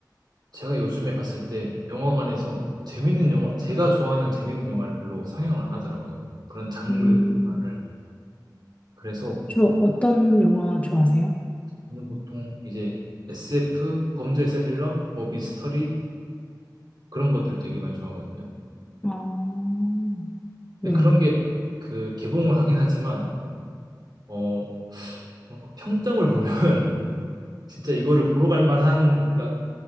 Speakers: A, on the right (about 70°); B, on the left (about 20°).
A: 제가 요즘에 봤을 때 영화관에서 재밌는 영화, 제가 좋아하는 재밌는 영화를 별로 상영을 안 하더라고요. 그런 장르
B: 음.
A: 영화를. 그래서
B: 주로 어떤 영화 좋아하세요?
A: 저는 보통 이제 SF, 범죄 스릴러, 뭐 미스터리 그런 것들 되게 많이 좋아하거든요.
B: 아, 네.
A: 근데 그런 게 그 개봉을 하긴 하지만 어, 뭐랄까, 평점을 보면 <laughs> 진짜 이거를 보러 갈 만한 그러니까